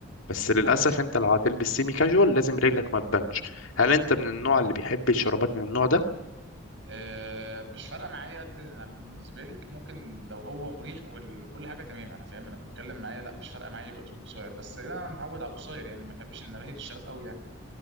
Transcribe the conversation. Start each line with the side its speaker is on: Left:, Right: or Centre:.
Left: بس للأسف
Right: اه
Left: أنت لو هتلبس سيمي كاجوال لازم رجلك ما تبانش هل أنت من النوع اللي بيحب الشرابات من النوع ده؟
Right: آه، مش فارقه معايا قد أنا بالنسبه لي ممكن لو هو مريح وال- وكل حاجه تمام انا فاهم انا بتكلم معايا لا مش فارقه معايا يبقى طول قصير بس تقريبا انا متعود على القصير يعني ما بحبش ان ابهن الشراب قوي يعني